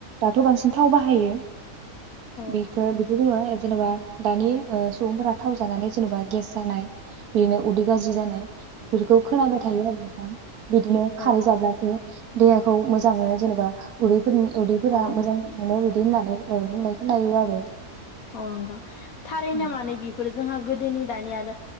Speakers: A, on the right (about 75°); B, on the left (about 65°).
A: दाथ' बांसिन थाव बाहायो
B: औ
A: <unintelligible> जेनेबा दानि ओ सुबुंफोरा थाव जानानै जेनेबा गेस जानाय बिदिनो उदै गाज्रि जानाय बेफोरखौ खोनाबाय थायो आरो नोंथां। बिदिनो खारै
B: औ
A: जाब्लासो देहाखौ मोजां मोनो जेनेबा उदैफोरनि उदैफोरा
B: औ
A: मोजां बिदि होननानै ओ बुंनाय खोनायो आरो।
B: औ नोंथां। थारैनो
A: उम
B: माने बेफोरो जोंहा गोदोनि दानि आरो